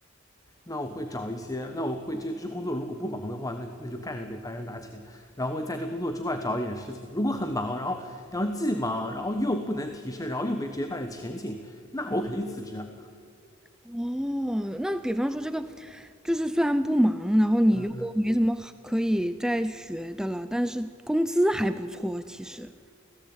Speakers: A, on the left (about 15°); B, in the centre.
A: 那我会找一些，那我会这这工作如果不忙的话，那那就干着呗，反正拿钱。然后会在这工作之外找一点事情。如果很忙，然后然后既忙，然后又不能提升，然后又没职业发展前景，那我肯定辞职啊。
B: 哦，那比方说这个，就是虽然不忙，然后你又没什么好可以再学的了，
A: 嗯嗯，
B: 但是工资还不错，其实。